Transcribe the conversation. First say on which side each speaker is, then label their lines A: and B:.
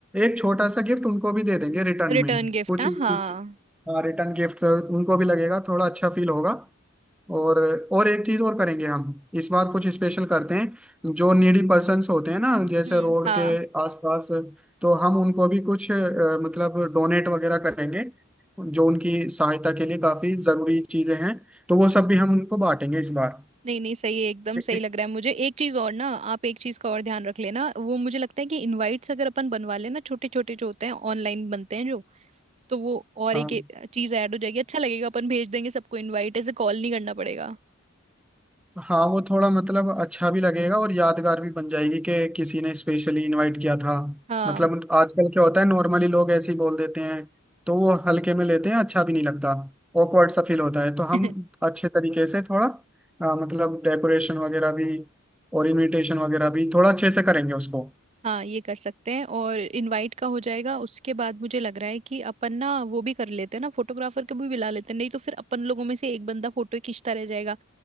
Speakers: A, in the centre; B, on the right (about 30°).
A: एक छोटा सा गिफ्ट उनको भी दे देंगे रिटर्न
B: रिटर्न
A: में
B: गिफ्ट
A: कुछ
B: हाँ
A: कुछ
B: हाँ
A: रिटर्न गिफ्ट उनको भी लगेगा थोड़ा अच्छा फील होगा और और एक चीज और करेंगे हम इस बार कुछ स्पेशल करते हैं जो नीडी पर्सन्स होते हैं ना जैसे
B: हम्म
A: रोड
B: हाँ
A: के आसपास तो हम उनको भी कुछ अ, मतलब डोनेट वगैरह करेंगे जो उनकी सहायता के लिए काफी जरूरी चीजें हैं तो वो सब भी हम उनको बांटेंगे इस बार
B: नहीं नहीं सही है एकदम
A: देखिए
B: सही लग रहा है मुझे एक चीज और ना आप एक चीज का और ध्यान रख लेना वो मुझे लगता है कि इनवाइट्स अगर अपन बनवा लेना छोटे छोटे जो होते हैं ऑनलाइन बनते हैं जो तो वो और
A: हाँ
B: एक चीज ऐड हो जाएगी अच्छा लगेगा अपन भेज देंगे सबको इनवाइट ऐसे कॉल नहीं करना पड़ेगा
A: हाँ वो थोड़ा मतलब अच्छा भी लगेगा और यादगार भी बन जाएगी कि किसी ने स्पेशली इनवाइट किया था
B: हाँ
A: मतलब आजकल क्या होता है नॉर्मली लोग ऐसे ही बोल देते हैं तो वो हल्के में लेते हैं अच्छा भी नहीं लगता awkward सा फील होता है
B: <laughs>
A: तो हम अच्छे तरीके से थोड़ा अ, मतलब डेकोरेशन वगैरह भी और इनविटेशन वगैरह भी थोड़ा अच्छे से करेंगे उसको
B: हाँ ये कर सकते हैं और इनवाइट का हो जाएगा उसके बाद मुझे लग रहा है कि अपन ना वो भी कर लेते हैं ना फोटोग्राफर को भी बुला लेते हैं नहीं तो फिर अपन लोगों में से एक बंदा फोटो खींचता रह जाएगा